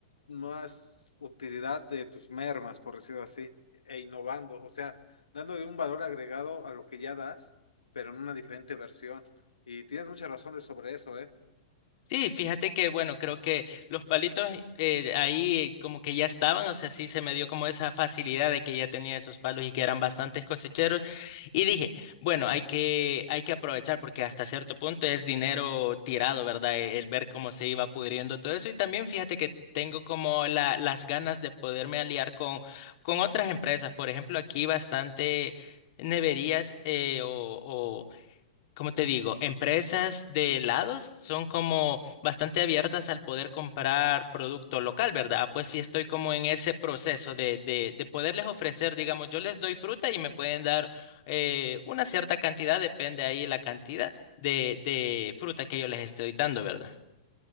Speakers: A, on the left; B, on the left.
A: más utilidad de tus mermas, por decirlo así, e innovando, o sea, dándole un valor agregado a lo que ya das, pero en una diferente versión. Y tienes muchas razones sobre eso, ¿eh?
B: Sí, fíjate que, bueno, creo que los palitos eh, ahí como que ya estaban, o sea, sí se me dio como esa facilidad de que ya tenía esos palos y que eran bastantes cosecheros. Y dije, bueno, hay que, hay que aprovechar porque hasta cierto punto es dinero tirado, ¿verdad? E- El, ver cómo se iba pudriendo todo eso. Y también fíjate que tengo como la, las ganas de poderme aliar con, con otras empresas. Por ejemplo, aquí bastante neverías eh, o, como te digo, empresas de helados son como bastante abiertas al poder comprar producto local, ¿verdad? Pues sí estoy como en ese proceso de, de, de poderles ofrecer, digamos, yo les doy fruta y me pueden dar eh, una cierta cantidad, depende ahí la cantidad de, de fruta que yo les estoy dando, ¿verdad?